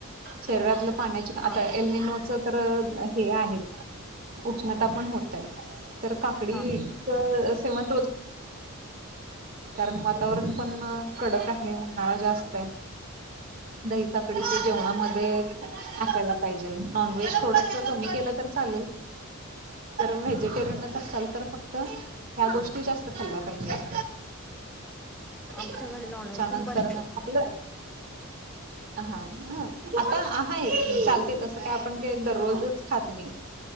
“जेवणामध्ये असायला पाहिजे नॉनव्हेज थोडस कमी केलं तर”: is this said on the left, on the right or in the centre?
Right